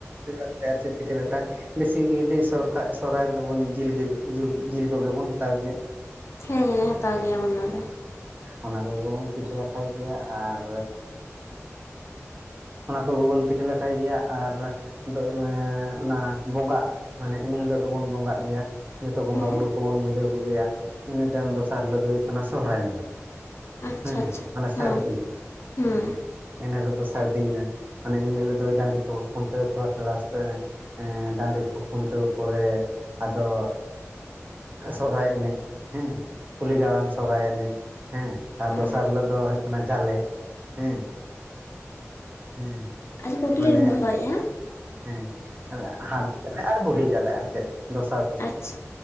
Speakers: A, on the right; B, on the left.
A: <unintelligible> ᱟᱨ ᱪᱮᱫ ᱯᱤᱴᱷᱟᱹ ᱞᱟᱴᱷᱟᱹ ᱵᱮᱥᱤᱜᱤᱞᱤ ᱥᱚᱨ ᱥᱚᱨᱦᱟᱭ ᱨᱮᱫᱚ ᱵᱚᱱ ᱡᱤᱞ ᱜᱮ ᱡᱤᱞ ᱠᱚᱜᱮ ᱵᱚᱱ ᱦᱟᱛᱟᱣ ᱜᱮᱭᱟ᱾
B: ᱦᱮᱸ ᱦᱟᱛᱟᱣ ᱜᱮᱭᱟ ᱵᱚᱱ ᱚᱱᱟ ᱫᱚ᱾
A: ᱚᱱᱟ ᱠᱚᱜᱮ ᱵᱚᱱ ᱯᱤᱴᱷᱟᱹ ᱞᱟᱴᱷᱟᱹᱭ ᱜᱮᱭᱟ ᱟᱨ ᱚᱱᱟ ᱠᱚᱜᱮ ᱵᱚᱱ ᱯᱤᱴᱷᱟᱹ ᱞᱟᱴᱷᱟᱹᱭ ᱜᱮᱭᱟ, ᱟᱨ ᱫᱚ ᱚᱱᱮ ᱚᱱᱟ ᱵᱚᱸᱜᱟᱜ ᱢᱟᱱᱮ ᱤᱱ ᱦᱤᱞᱳᱜ ᱫᱚᱵᱚᱱ ᱵᱚᱸᱜᱟᱜ ᱜᱮᱭᱟ ᱡᱚᱛᱚ ᱵᱚᱸᱜᱟ-ᱵᱩᱨᱩ
B: ᱦᱮᱸ
A: ᱠᱚᱵᱚᱱ ᱵᱩᱡᱷᱟᱹᱣ ᱠᱚᱜᱮᱭᱟ, ᱤᱱᱟᱹ ᱛᱟᱭᱚᱢ ᱫᱚᱥᱟᱨ ᱦᱤᱞᱳᱜ ᱫᱚ ᱦᱩᱭᱩᱜ ᱠᱟᱱᱟ ᱥᱚᱦᱨᱟᱭ
B: ᱟᱪᱪᱷᱟ
A: ᱦᱮᱸ
B: ᱟᱪᱪᱷᱟ
A: ᱢᱟᱱᱮ ᱥᱟᱹᱨᱫᱤ,
B: ᱦᱮᱸ ᱦᱮᱸ
A: ᱦᱮᱸ ᱮᱱ ᱦᱤᱞᱚᱜ ᱥᱟᱹᱨᱫᱤᱭ ᱱᱟ ᱢᱟᱱᱮ ᱤᱱᱟᱹ ᱦᱤᱞᱳᱜ ᱫᱚ ᱰᱟᱹᱝᱨᱤ ᱠᱚ ᱠᱷᱩᱱᱴᱟᱹᱣ ᱠᱚᱣᱟ ᱯᱞᱟᱥ ᱮᱻ ᱮᱻ ᱰᱟᱹᱝᱨᱤ ᱠᱚᱠᱚ ᱠᱷᱩᱱᱴᱟᱹᱣ ᱯᱚᱨᱮ ᱟᱫᱚᱻ ᱥᱚᱨᱚᱦᱟᱭ ᱮᱱᱮᱡ ᱦᱮᱸ ᱠᱩᱞᱦᱤ ᱫᱟᱬᱟᱱ ᱥᱚᱨᱚᱦᱟᱭ ᱮᱱᱮᱡ ᱦᱮᱸ ᱛᱟᱨ
B: ᱦᱮᱸ
A: ᱫᱚᱥᱟᱨ ᱦᱤᱞᱳ ᱫᱚ ᱦᱩᱭᱩᱜ ᱠᱟᱱᱟ ᱡᱟᱞᱮ ᱦᱮᱸ ᱦᱮᱸ
B: ᱟᱪᱪᱷᱟ ᱠᱩᱠᱞᱤ
A: ᱢᱟᱱᱮ
B: ᱞᱤᱧ ᱫᱚᱦᱚᱭᱮᱫᱼᱟ
A: ᱦᱮᱸ ᱦᱟᱲᱟᱢ ᱡᱟᱞᱮ ᱟᱨ ᱵᱩᱲᱦᱤ ᱡᱟᱞᱮ ᱟᱨ ᱪᱮᱫ ᱫᱚᱥᱟᱨ ᱼᱼ
B: ᱟᱪᱷᱟ